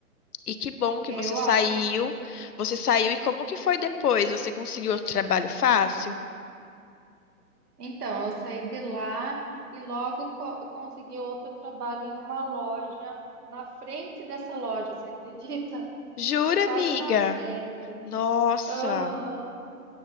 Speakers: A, on the left; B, on the right.
A: E que bom que
B: eu
A: você saiu.
B: acho.
A: Você saiu e como que foi depois? Você conseguiu outro trabalho fácil?
B: Então, eu saí de lá e logo co- eu consegui outro trabalho em uma loja, na frente dessa loja, você acredita? <laughs>
A: Jura,
B: Quase
A: amiga?
B: na frente.
A: Nossa.
B: Aham.